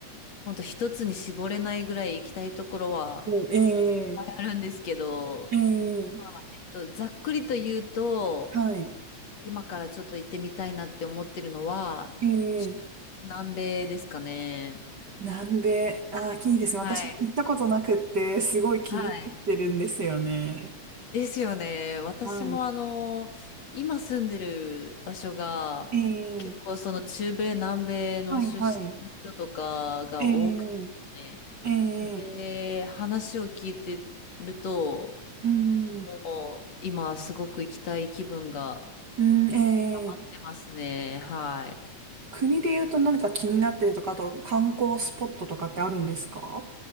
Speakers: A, on the left (about 60°); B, on the right (about 35°).
A: ほんと一つに絞れないぐらい行きたいところは
B: おー、
A: いっぱいあるんですけど、
B: ええええ
A: まあえっと、ざっくりと言うと、
B: はい、
A: 今からちょっと行ってみたいなって思ってるのは、
B: ええ
A: ちょ南米ですかね。
B: なんで、あー、いいですね。私行ったことなくって、
A: はい。
B: すごい気になってるんですよね。
A: はい。ですよね。私もあの、
B: は
A: 今住んでる場所が、
B: い、ええ
A: 結構その中米、南米の出身の人とかが多くてね、
B: はい、はい、ええええ
A: で、話を聞いてると、
B: うん、
A: もう今すごく行きたい気分が
B: うん、
A: 溜まってますね。
B: ええ
A: はい。
B: 国で言うと何か気になってるとか、あと観光スポットとかってあるんですか